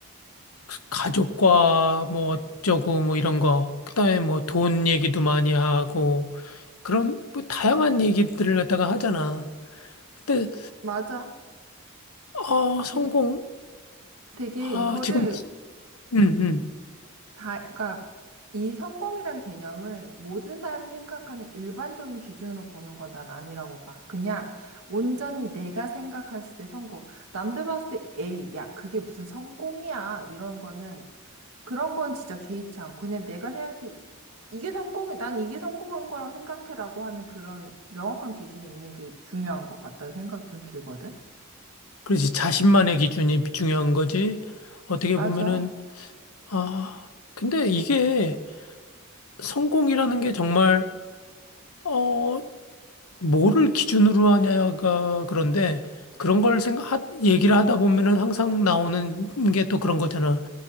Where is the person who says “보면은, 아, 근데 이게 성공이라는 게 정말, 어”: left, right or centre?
Left